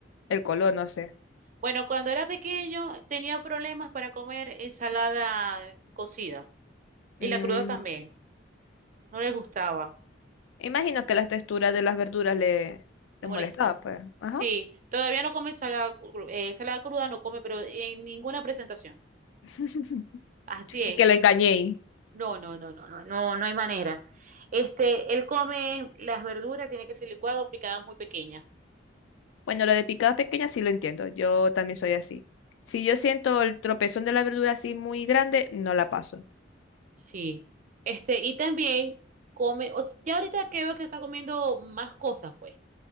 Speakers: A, on the left; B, on the right.
A: el color, no sé.
B: Bueno, cuando era pequeño tenía problemas para comer ensalada cocida y
A: Mm,
B: la cruda también, no les gustaba,
A: imagino que las texturas de las verduras le,
B: le
A: le
B: molesta.
A: molestaba, pues. Ajá.
B: Sí, todavía no come ensalada, cru- eh, ensalada cruda, no come, pero en ninguna presentación.
A: <laughs>
B: Así es.
A: Y que lo engañé.
B: No, no, no, no, no, no, no hay manera. Este, él come las verduras, tiene que ser licuado, picadas muy pequeñas.
A: Bueno, lo de picadas pequeñas sí lo entiendo, yo también soy así. Si yo siento el tropezón de la verdura así muy grande, no la paso.
B: Sí. Este, y también come, o s- ya ahorita que veo que está comiendo más cosas, pues.